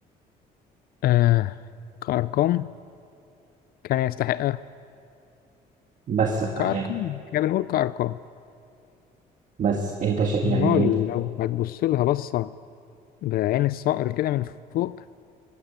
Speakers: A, on the left; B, on the right.
A: آه كأرقام كان يستحقها
B: بس
A: كأرقام
B: يعني
A: احنا بنقول كأرقام
B: بس انت ش... يعني
A: امال
B: انت
A: لو هتبص لها بصة بعين الصقر كده من فوق